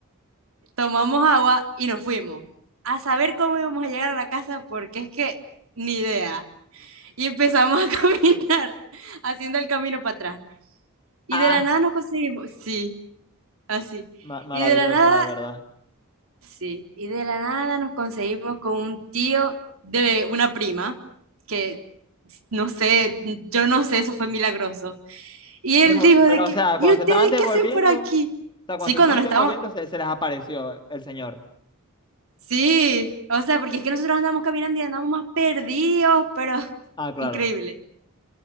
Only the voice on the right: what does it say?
tomamos agua y nos fuimos. A saber cómo íbamos a llegar a la casa, porque es que ni idea. Y empezamos a <laughs> caminar, haciendo el camino para atrás. Y
de la nada nos conseguimos, sí, así.
Y de la nada
Sí, y de la nada nos conseguimos con un tío de una prima, que no sé, yo no sé, eso fue milagroso. Y él
dijo de
que,
¿y
ustedes
qué hacen por aquí?
Sí,
cuando
nos
estábamos,
sí, o sea, porque es que nosotros andamos caminando y andamos más perdidos, pero <laughs>
increíble.